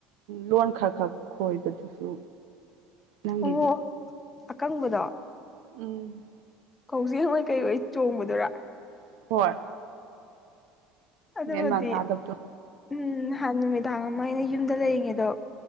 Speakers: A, on the right (about 75°); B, on the left (about 20°).
A: ꯂꯣꯟ ꯈꯔ ꯈꯛ ꯈꯣꯏꯕꯗꯨꯁꯨ ꯅꯪꯒꯤꯗꯤ
B: ꯑꯣ ꯑꯀꯪꯕꯗꯣ
A: ꯎꯝ
B: ꯀꯖꯤꯡꯉꯣꯏ ꯀꯩ ꯑꯣꯏ ꯆꯣꯡꯕꯗꯨꯔꯥ
A: ꯍꯣꯏ
B: ꯑꯗꯨꯃꯗꯤ
A: ꯃꯦꯟ ꯃꯥꯟ ꯇꯥꯗꯕꯗꯨ
B: ꯎꯝ ꯅꯍꯥꯟ ꯅꯨꯃꯤꯗꯥꯡ ꯑꯃ ꯑꯩꯅ ꯌꯨꯝꯗ ꯂꯩꯔꯤꯉꯩꯗꯣ